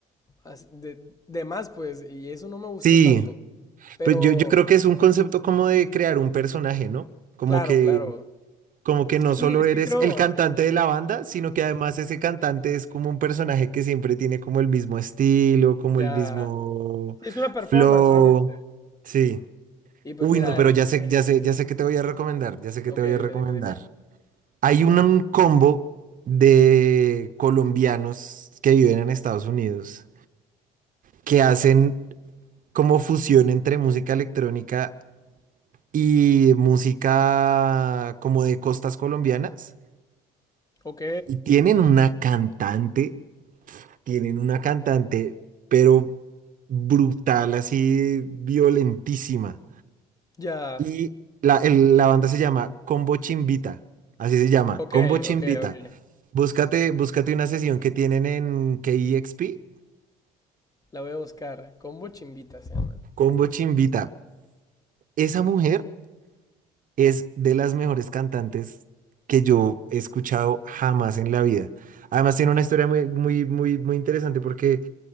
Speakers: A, on the left; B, on the right.
A: as- de, de más, pues, y eso no me gustó
B: Sí,
A: tanto. Pero,
B: pues yo, yo creo que es un concepto como de crear un personaje, ¿no? Como
A: claro,
B: que
A: claro.
B: Como que no
A: Sí,
B: solo
A: es
B: eres
A: que creo,
B: el cantante de la banda,
A: ujú,
B: sino que además ese cantante es como un personaje que siempre tiene como el mismo estilo, como
A: ya,
B: el mismo
A: sí, es una performance
B: flow.
A: realmente.
B: Sí.
A: Y pues
B: Uy,
A: mira,
B: no, pero
A: el,
B: ya sé,
A: eh,
B: ya sé, ya sé que te voy a recomendar, ya sé que
A: ok,
B: te voy a
A: dime,
B: recomendar.
A: dime, dime.
B: Hay un, un combo de colombianos que viven en Estados Unidos que hacen como fusión entre música electrónica y música como de costas colombianas.
A: Ok,
B: Y tienen una cantante, tienen una cantante, pero brutal, así violentísima.
A: ya,
B: Y la, el- la banda se llama Combo Chimbita, así se llama,
A: ok,
B: Combo Chimbita.
A: ok, ok.
B: Búscate, búscate una sesión que tienen en KEXP,
A: La voy a buscar. Combo Chimbita se llama.
B: Combo Chimbita. Esa mujer es de las mejores cantantes que yo he escuchado jamás en la vida. Además tiene una historia muy, muy, muy, muy interesante porque